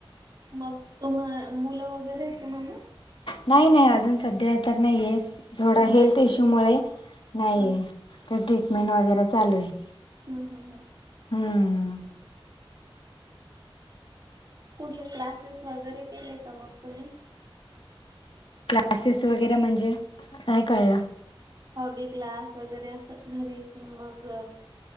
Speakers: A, on the right; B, on the left.
A: मग तु मुल वगैरे तुम्हाला?
B: नाही नाही अजून सध्या तर नाहीये थोडा
A: नाही
B: हेल्थ इश्यू
A: ना?
B: मुळे नाहीये.
A: हा
B: तर ट्रीटमेंट वगैरे चालू आहे.
A: हम्म हम्म हं
B: हम्म
A: कुठले क्लासेस वगैरे केले का मग तुम्ही?
B: क्लासेस वगैरे म्हणजे नाही कळल?
A: हॉबी क्लास वगैरे अस घरीच मग